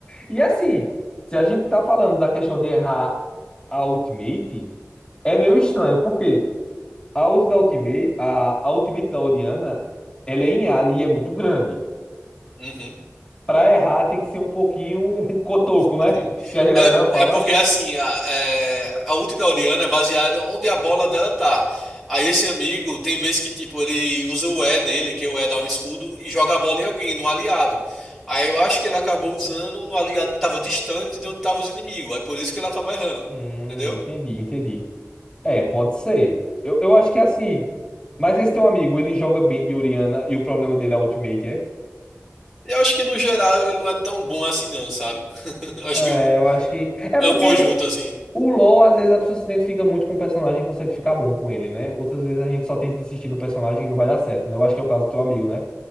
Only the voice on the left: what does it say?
E assim, se a gente tá falando da questão de errar a ultimate, é meio estranho, porque A ult da Ultimate, a, a Ultimate da Orianna, ela é em área e é muito grande.
Pra errar tem que ser um pouquinho <laughs> cotoco, né?
Que a galera
fala.
Hum,
entendi, entendi. É, pode ser. Eu, eu acho que é assim. Mas esse teu amigo, ele joga bem de Orianna e o problema dele é a Ultimate, é?
É,
eu acho que. É
porque
o LoL, às vezes, a pessoa se identifica muito com o personagem e consegue ficar bom com ele, né? Outras vezes a gente só tenta insistir no personagem e não vai dar certo, né? Eu acho que é o caso do teu amigo, né?